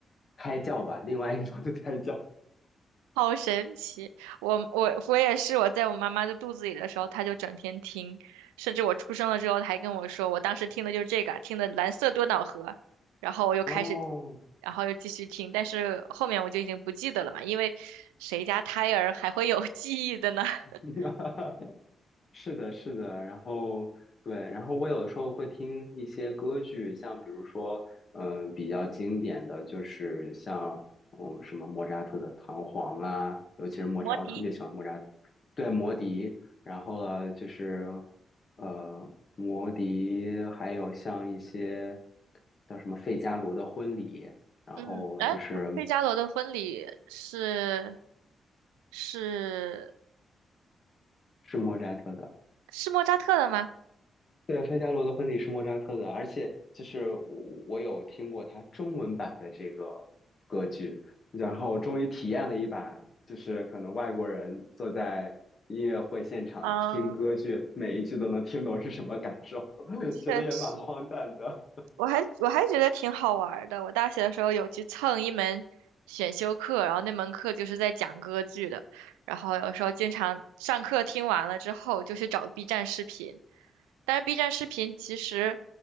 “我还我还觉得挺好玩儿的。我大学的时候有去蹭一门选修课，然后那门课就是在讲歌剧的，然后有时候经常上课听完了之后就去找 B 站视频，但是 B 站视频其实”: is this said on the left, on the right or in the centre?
Right